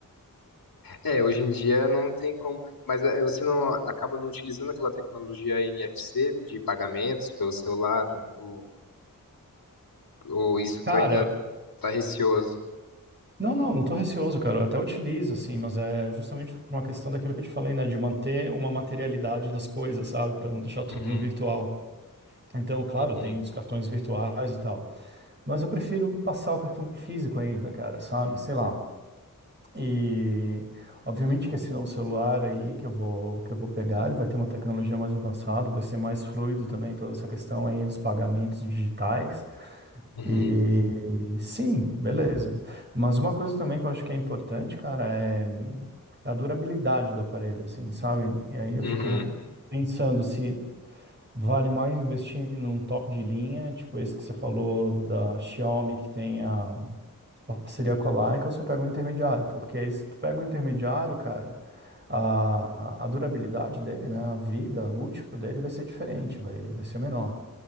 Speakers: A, on the left; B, on the right.
A: É, hoje em dia não tem como. Mas é, você não acaba não utilizando aquela tecnologia NFC de pagamentos pelo celular, ou, ou isso
B: Cara,
A: tu ainda tá receoso.
B: não, não, não tô receoso, cara, eu até utilizo, assim, mas é justamente por uma questão daquilo que eu te falei, né, de manter uma materialidade das coisas, sabe, pra não deixar tudo
A: Uhum,
B: no virtual. Então, claro,
A: uhum,
B: tem os cartões virtuais e tal. Mas eu prefiro passar o cartão físico ainda, cara, sabe? Sei lá. E obviamente que esse novo celular aí que eu vou que eu vou pegar, ele vai ter uma tecnologia mais avançada, vai ser mais fluido também toda essa questão aí dos pagamentos digitais.
A: uhum.
B: E sim, beleza. Mas uma coisa também que eu acho que é importante, cara, é é a durabilidade do aparelho, assim, sabe? E aí eu
A: Uhum,
B: fico pensando se Vale mais investir num top de linha, tipo esse que você falou da Xiaomi, que tem a, parceria com a Leica ou se eu pego um intermediário, porque aí se tu pega um intermediário, cara, a, a durabilidade dele, né, a vida útil dele vai ser diferente, vai, vai ser menor.